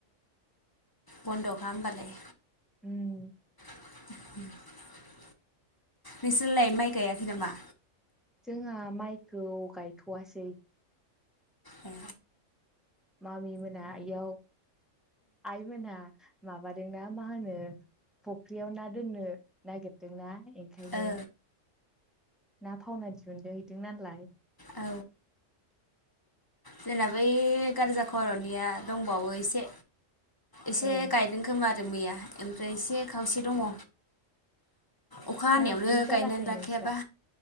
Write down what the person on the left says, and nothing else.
बन्द'खा होमबालाय।
<inaudible> नोंसोरलाय माइ गायाखै नामा?
ए
ओ
औ जोंना बै गारजा खर'निया दंबावो एसे एसे
गायदों खोमा आरो मैया ओमफ्राय एसे खावसे दङ। अखा हानायावनो
गायनानै लाखायाबा